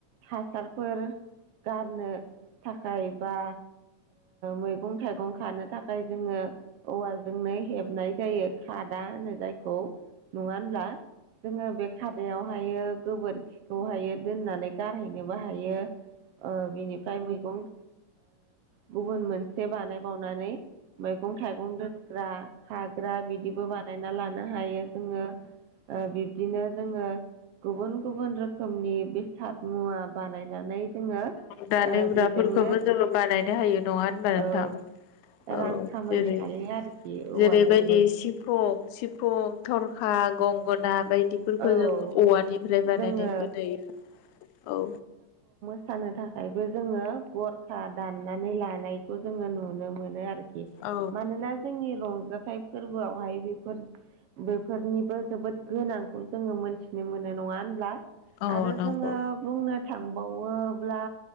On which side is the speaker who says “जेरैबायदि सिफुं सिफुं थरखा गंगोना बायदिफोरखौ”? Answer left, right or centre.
Left